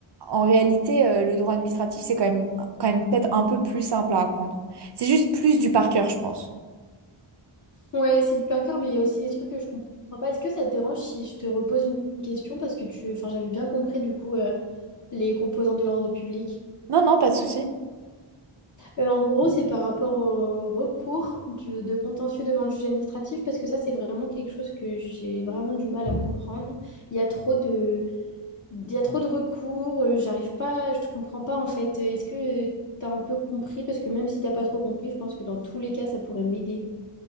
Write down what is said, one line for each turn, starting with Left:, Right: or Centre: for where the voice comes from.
Right: en réalité, euh, le droit administratif, c'est quand même, quand même peut-être un peu plus simple à apprendre. C'est juste plus du par cœur, je pense.
Left: Ouais, c'est du par cœur, mais il y a aussi des trucs que je comprends pas. Est-ce que ça te dérange si je te repose une question parce que tu, enfin, j'avais bien compris du coup euh, les composantes de l'ordre public.
Right: Non, non, pas de souci.
Left: Euh, en gros, c'est par rapport au recours du- de contentieux devant le juge administratif parce que ça, c'est vraiment quelque chose que j'ai vraiment du mal à comprendre. Il y a trop de, il y a trop de recours. euh, j'arrive pas, je comprends pas en fait. Est-ce que t'as un peu compris? Parce que même si t'as pas trop compris, je pense que dans tous les cas, ça pourrait m'aider.